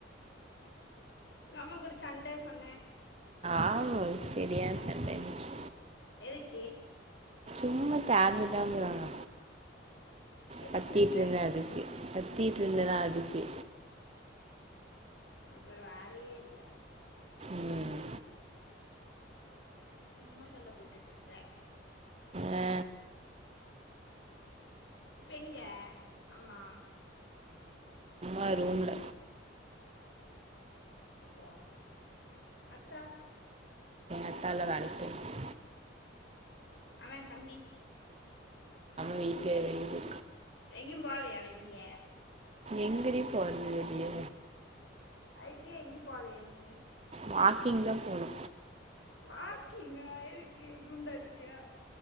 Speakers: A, on the left; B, on the right.
A: உங்க அம்மா கூட சண்ட சொன்ன
B: ஆமா செரியான சண்ட இன்னக்கி
A: எதுக்கு
B: சும்மா தேவயில்லாமாதா
A: எதுக்கு
B: கத்தியிட்ருந்த
A: சண்டை
B: அதுக்கு கத்தியிட்ருந்தனா அதுக்கு
A: ஒனக்கு வேற வேலையே இல்ல
B: ம்
A: சும்மா சண்ட போட்டுட்ருப்ப
B: ஆ
A: இப்ப எங்க ஆமா
B: ஆ ரூம்ல
A: வா அத்தா
B: அத்தால்லா வேலைக் போயிட்சி
A: அவெ தம்பி
B: வீட்ல <unintelligible>
A: எங்கயும் போலையா வெளிய
B: எங்கடி போறது வெளிய
A: அதுக்கு எங்கியும் போலையா நீ
B: வாக்கிங்தா போணு
A: வாக்கிங்கா எதுக்கு குண்டா இருக்கியா